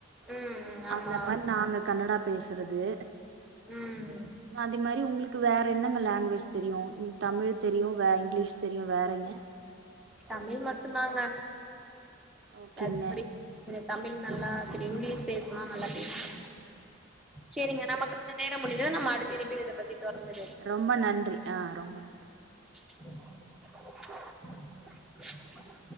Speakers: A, in the centre; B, on the right.
A: ம் ஆமா
B: அந்த மாரி நாங்க கன்னடாப் பேசறது
A: ம்
B: அந்தெ மாரி உங்ளுக்கு வேற என்னங்க லேங்வேஜ் தெரியு ம் தமிழ் தெரியு வே இங்கிலீஷ் தெரியு வேறைங்க
A: தமிழ் மட்டுந்தாங்க
B: ஓகேங்க
A: வெத்தபடில திரு தமிழ் நல்லா திரு இங்கிலீஷ் பேச்னா நல்லாப் பேச்வே சேரிங்க நமக்கான் ன நேரம் முடிந்து நம்ம அடுத்த இணைப்பில் இதப்பத்தி தொறந்து
B: ரொம்ப நன்றி ஆ ரொம்ப நன்றி
A: <inaudible>